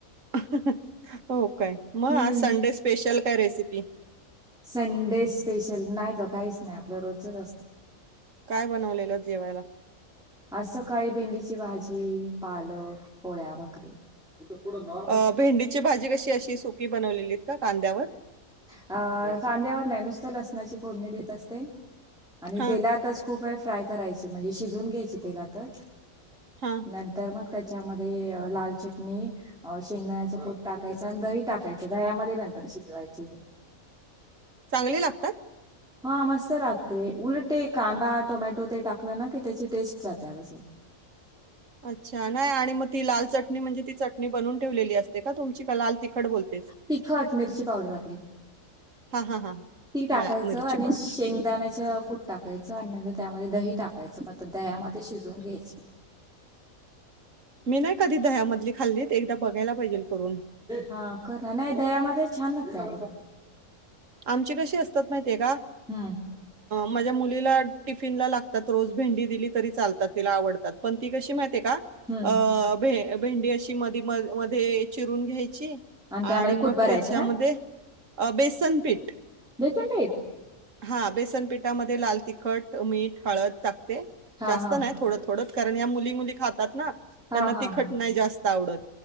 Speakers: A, on the right (about 65°); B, in the centre.
A: हो कायं मगं
B: हम्म
A: आज संडे स्पेशल कायं रेसिपी.
B: संडे स्पेशल नाहीं गं कायं कांहीच नाहीं आपलं रोजचं असतं.
A: कायं बनवलेलं जेवायला.
B: आज सकाळीं भेंडीची भाजी पालक पोळ्या भाकरी. <unintelligible>
A: अ भेंडीची भाजी कशी अशी सुकी बनवलेलीत कां कांद्यावर.
B: अ कांद्यावर नाही नुसती लसनांची फोडणी देत असते आणि
A: हां,
B: तेलांत. तेलातंच खूप फ्राय करायची म्हणजे शिजून घ्यांयची तेला तचं.
A: हां.
B: नंतर मगं त्यांच्यामध्ये लाल चटणी. अ शेंगदाण्याचं कुट टाकायचं आणि दही टाकायचं दह्यामंध्ये नंतर शिजवायचे.
A: चांगली लागतांत.
B: हां मस्तं लागते उलटं कांदा टोमॅटो ते टाकला नां की त्यांची टेस्ट जाते अग सगळीं.
A: अच्छा नाही आणि मग ती लाल अच्छा चटणी म्हणजे ती चटणी बनून ठेवलेली असतें कां तुमची कां लाल तिखट बोलते.
B: तिखट मिर्ची पावडर आपलीं
A: हां, हां, हां.
B: ती टाकायचं
A: मॅ मिरची
B: आणि
A: पावडर.
B: शेंग शेगदाण्यांच कूंट टाकायचं आणि नंतर त्यांमध्ये दही टाकायचं मगं दह्यामंध्ये शिजवून घ्यांयची.
A: मी नाहीं कधीं दह्यामंधली खाल्लीत एकदां बघायला पाहिजे करूंन.
B: हां करा नाहीं दह्यामंध्ये छांन लागतात अग
A: आमची कशी असतांत माहिती आहे कां.
B: हम्म
A: माझ्या मुलीला टिफीनला लागतात रोज भेंडी दिलीं तरी चालतात तिला आवडतात पणं ती. कशी माहिती आहे कां
B: हम्म
A: भेंडी अशी म मध्यें चिरून घ्यायंची.
B: त्यामध्ये
A: आणि मग
B: कूट भरायचं
A: त्याच्यामध्ये
B: ना
A: बेसनपीठ.
B: बेसन पीठ.
A: हा बेसनपीठामध्ये लाल तिखट मीठ हळद टाकते
B: हा
A: जास्त
B: हा
A: नाही थोड. थ कारण या मुली मुली खात. तात ना
B: हा
A: त्यांना
B: हा
A: तिखट
B: हा
A: नाही जास्त आवडत